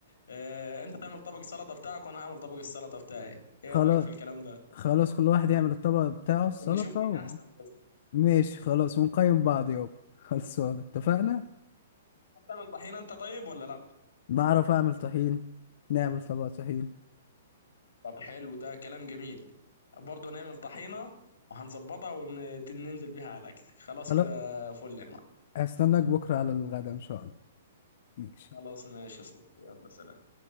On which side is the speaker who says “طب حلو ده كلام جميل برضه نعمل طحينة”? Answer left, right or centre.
Left